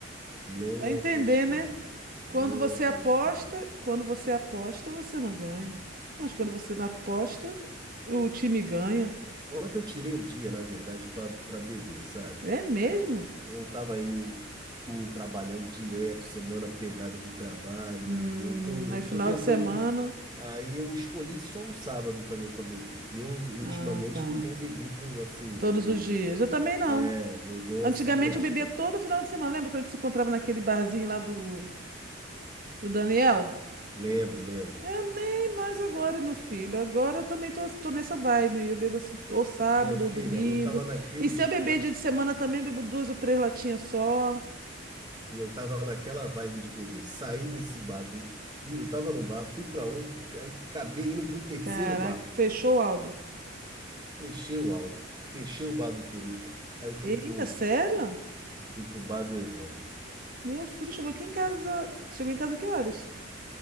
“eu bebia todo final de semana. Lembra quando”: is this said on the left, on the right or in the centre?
Right